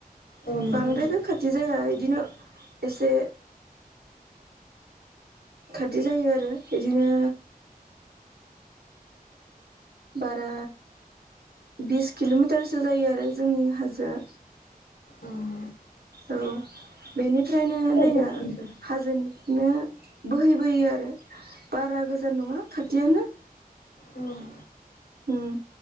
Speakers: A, on the left; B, on the right.
A: नोंथां
B: बांद्रायबो खाथि जाया इदिनो एसे खारदि जायो आरो इदिनो बारा बिस किल'मिटारसो जायो आरो जोंनि हाजोआ।
A: ओम।
B: औ बेनिफ्रायनो दैया
A: गोजान जाया।
B: हाजोनिफ्रायनो बोहैबोयो आरो बारा गोजान नंङा खाथियानो।
A: ओम।
B: उम